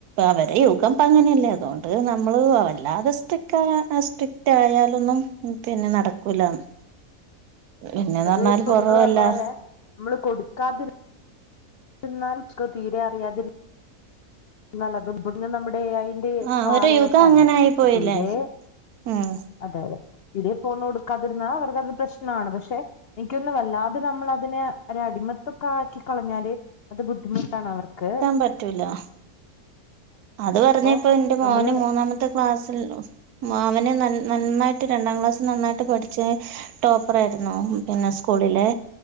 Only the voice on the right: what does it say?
അവരെ യുഗം. ഇപ്പ അങ്ങനെയല്ലേ അതുകൊണ്ട് നമ്മള് വല്ലാതെ സ്ട്രിക് സ്ട്രിക്ട് ആയാലൊന്നും പിന്നെ നടക്കൂലാന്ന് പിന്നേന്ന്
പറഞ്ഞാല്
<unintelligible>
ആഹ്
ഒരു യുഗം അങ്ങനെ ആയി പോയില്ലേ
ഉം
പറ്റൂലാ അത് പറ്ഞ്ഞ്പ്പം
ൻ്റെ മോൻ
മൂന്നാമ ത്തെ ക്ലാസ്ൽലോ മാമന് ന്നന്നാ നന്നായിട്ട് രണ്ടാം ക്ലാസ്സ് നന്നായിട്ട് പഠ്ച്ചേ ടോപ്പറയ്ര്ന്നു പിന്നെ സ്കൂളിലെ